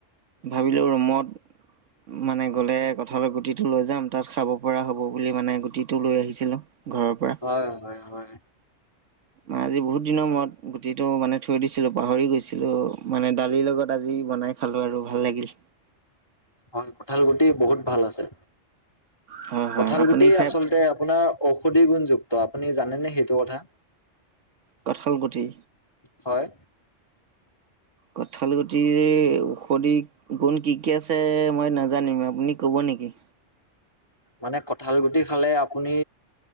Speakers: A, on the right (about 80°); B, on the left (about 20°).
A: ভাবিলোঁ ৰুমত মানে গ'লে কঠালৰ গুটিটো লৈ যাম। তাত খাব পৰা হ'ব বুলি মানে গুটিটো লৈ আহিছিলো। ঘৰৰ পৰা।
B: হয় হয় হয়।
A: মই আজি বহুত দিনৰ মূৰত, গুটিটো মানে থৈ দিছিলোঁ পাহৰি গৈছিলোঁ। মানে দালিৰ লগত আজি বনাই খালো আৰু ভাল লাগিল।
B: হয়, কঠাল গুটি বহুত ভাল আছে
A: হয় হয়
B: কঠাল
A: আপুনি
B: গুটি
A: খাই
B: আচলতে আপোনাৰ ঔষধি গুণযুক্ত। আপুনি জানেনে সেইটো কথা?
A: কঁঠাল গুটি
B: হয়।
A: কঁঠাল গুটিৰ ঔষধি গুণ কি কি আছে, মই নাজানিম। আপুনি ক'ব নেকি?
B: মানে কঁঠাল গুটি খালে আপুনি